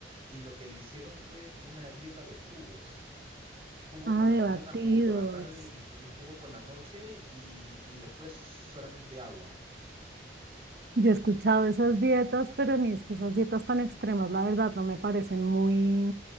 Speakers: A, on the right; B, on the right.
A: Y lo que le hicieron fue una dieta de jugos. Jugo
B: Ah,
A: por la
B: de
A: mañana,
B: batidos.
A: jugo por la tarde y, ju- y jugo por la noche y, y después solamente agua.
B: Yo he escuchado esas dietas, pero a mí es que esas dietas tan extremas, la verdad, no me parecen muy,